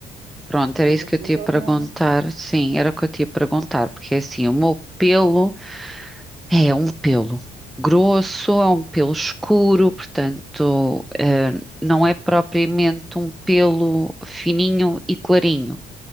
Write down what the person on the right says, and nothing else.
depende
das
tuas
hormonas.